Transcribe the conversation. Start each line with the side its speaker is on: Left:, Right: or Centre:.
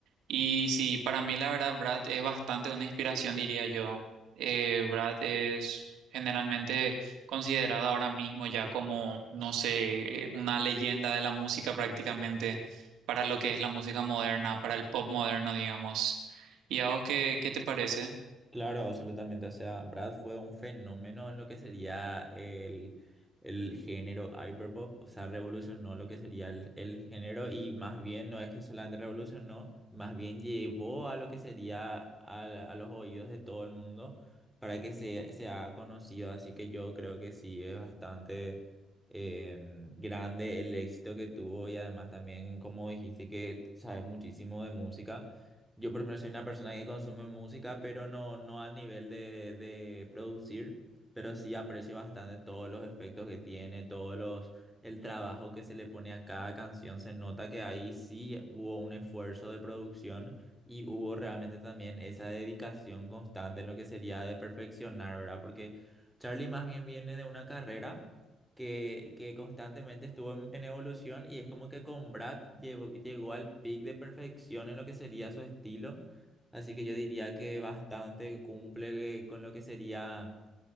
Right: Y sí, para mí la verdad, Brad es bastante una inspiración, diría yo. Eh, Brad es generalmente considerada ahora mismo ya como, no sé, eh, una leyenda de la música prácticamente para lo que es la música moderna, para el pop moderno, digamos. ¿Y a vos qué, qué te parece?
Centre: Claro, absolutamente. O sea, Brad fue un fenómeno en lo que sería el, el género hyperpop. O sea, revolucionó lo que sería el, el género y más bien no es que solamente revolucionó, más bien llevó a lo que sería a, a los oídos de todo el mundo para que se, sea conocido. Así que yo creo que sí es bastante em, grande el éxito que tuvo y además también, como dijiste, que sabes muchísimo de música. Yo por lo menos soy una persona que consume música, pero no, no al nivel de, de producir, pero sí aprecio bastante todos los efectos que tiene, todos los, el trabajo que se le pone a cada canción. Se nota que ahí sí hubo un esfuerzo de producción y hubo realmente también esa dedicación constante en lo que sería de perfeccionar, ¿verdad? Porque Charlie más bien viene de una carrera que, que constantemente estuvo en, en evolución y es como que con Brad llegó, llegó al pic de perfección en lo que sería su estilo. Así que yo diría que bastante cumple eh, con lo que sería